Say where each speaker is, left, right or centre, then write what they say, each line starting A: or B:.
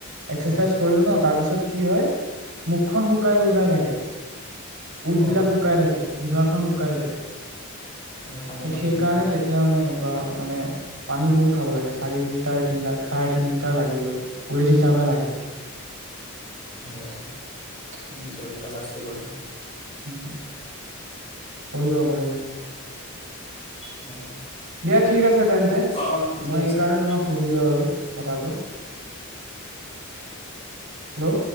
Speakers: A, on the right; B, on the left.
A: এক্সেচাইজ
B: অ
A: কৰিলো ন তাৰপিছত কি হয় মুখখন শুকাই, শুকাই থাকে। উটবিলাক
B: অ
A: শুকাই থাকে জিভা খন শুকাই যায়।
B: অ পানী খাব
A: সেইকাৰণে
B: লাগে
A: তেতিয়া মানে এনেকুৱা। মানে পানী বহুত খাব লাগে চাৰি লিটাৰ তিনি চাৰে তিন লিটাৰ লাগিবই ওৱেট হিচাপে লাগে।
B: অ
A: উম
B: টো দৰকাৰ আছে। এইবাৰ আৰু
A: উম, উ কৰিবা, কৰিবা।
B: অ
A: দিয়া ঠিক আছে। তেন্তে
B: অ' অ'
A: মই
B: ঠিক আছে
A: সেইকাৰণে
B: দিয়া।
A: তোমাক সুধিলো আৰু। কথাটো, হেল্ল'